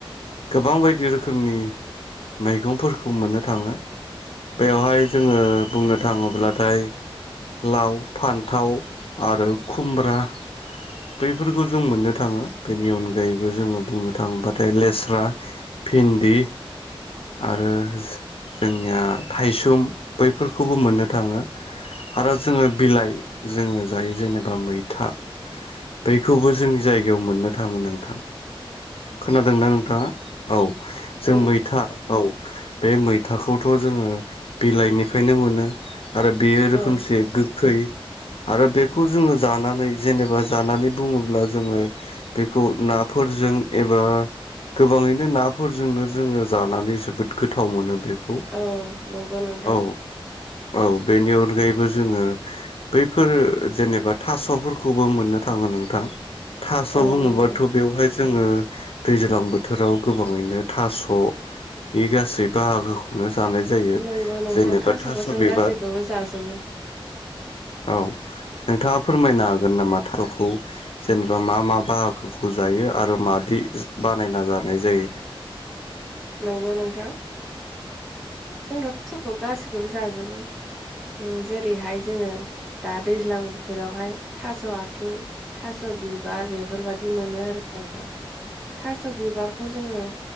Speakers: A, on the left; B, in the centre.
A: गोबां बायदि रोखोमनि मैगंफोरखौ मोननो थाङो। बेवहाय जोङो बुंनो थाङोब्लाथाय लाव फान्थाव आरो खुमब्रा बैफोरखौ जों मोननो थाङो बेनि अनगायैबो जोङो बुंनो थाङोब्लाथाय लेस्रा भिन्दि। आरो जोंनिया थाइसुम बैफोरखौबो मोननो थाङो। आरो जोङो बिलाइ जोङो जायो जेनेबा मैथा बेखौबो जोंनि जायगायाव मोननो थाङो नोंथां। खोनादोंना नोंथाङा? औ
B: नोंथां
A: जों मैथा औ बे मै थाखौथ' जोङो बिलाइनिफ्रायनो मोनो आरो बेयो रोखोमसे
B: औ
A: गोखै आरो बेखौ जोङो जानानै जेनेबा जानानै बुङोब्ला जोङो बेखौ नाफोरजों एबा गोबाङैनो नाफोरजोंनो जोङो जानानै जोबोद गोथाव मोनो। बेखौ
B: औ नंगौ नोंथां
A: औ औ। बेनि अनगायैबो जोङो बैफोर जेनेबा थास'फोरखौबो मोननो थाङो नोंथां। थास'
B: औ
A: बुङोबाथ'
B: नंगौ
A: बेवहाय जोङो दैज्लां बोथोराव गोबाङैनो थास' बे गासै बाहागोखौनो जानाय जायो।
B: नंगौ नोंथां
A: जेनेबा
B: थास'खौ
A: थास'
B: जों
A: बिबार
B: गासैखौबो जाजोबो
A: औ नोंथाङा फोरमायनो हागोन नामा? थास'खौ जेनेबा मा मा बाहागोखौ जायो? आरो मादि बानायना जानाय जायो।
B: नंगौ नोंथां। जों दा थास'खौ गासैखौबो जाजोबो। जेरैहाय जोङो दा दैज्लां बोथोरावहाय थास' आथिं थास' बिबार बेफोरबायदि मोनो आरो नोंथां। थास' बिबारखौ जोङो